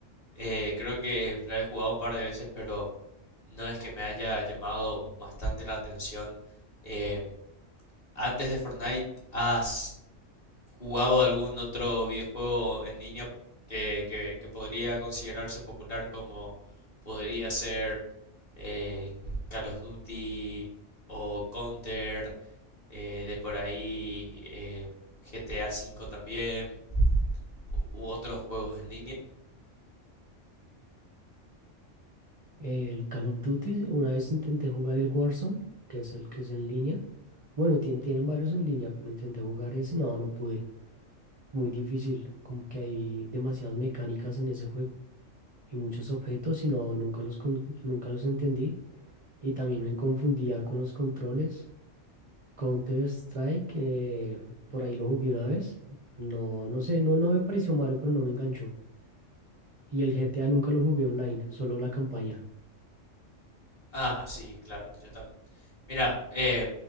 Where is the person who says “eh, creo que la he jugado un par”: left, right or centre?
Left